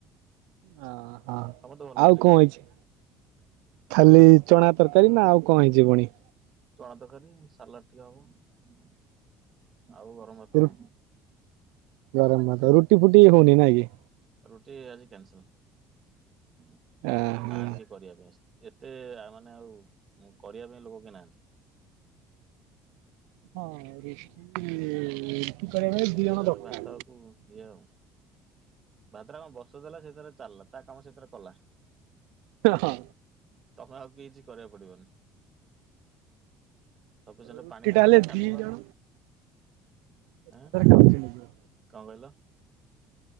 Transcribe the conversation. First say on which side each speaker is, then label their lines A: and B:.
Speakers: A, on the right (about 80°); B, on the right (about 40°).
A: ହ ହଁ
B: ସମସ୍ତେ ଭଲ
A: ଆଉ
B: ରୋଷେଇ
A: କଣ
B: କରନ୍ତି।
A: ହୋଇଛି? ଖାଲି ଚଣା ତରକାରୀ ନା ଆଉ କଣ ହେଇଛି ପୁଣି?
B: ଚଣା ତରକାରୀ ସାଲାଡ ଟିକେ ହବ ଆଉ ଗରମ ଭାତ
A: ସେ ରୁ
B: ଆଉ।
A: ଗରମ ଭାତ ରୁଟି ଫୁଟି ହଉନି ନାହିଁକି?
B: ରୁଟି ଆଜି କ୍ୟାନସଲ
A: ଆହା।
B: ଆରେ ନା ଟିକେ କରିବା ପାଇଁ ଏତେ ଆ ମାନେ ଆଉ କରିବା ପାଇଁ ଲୋକ କିଏ ନାହାନ୍ତି।
A: ହଁ। <unintelligible>
B: ସେଇଥିପାଇଁ
A: ଦି ଜଣ
B: ତାର
A: ଦରକାର।
B: ଭାତକୁ ଇଏ ଆଉ। ଭାତ୍ର କଣ ବସେଇ ଦେଲା ସେଥିରେ ଚାଲିଲା ତା କାମ ସେଥିରେ କଲା।
A: ହଁ ହଁ।
B: ତମେ ଆଉ କିଛି କରିବାକୁ ପଡିବନି। ସଫିସଣ୍ଟ
A: ରୁଟି
B: ପାଣି
A: ଟା
B: ଦେଇଦେଲ
A: ହେଲେ
B: ଛାଡିଦବା।
A: ଦି ଜଣ ଏକାଥରେ
B: ଆଁ
A: ଖାଉଛନ୍ତି।
B: କଣ କହିଲ?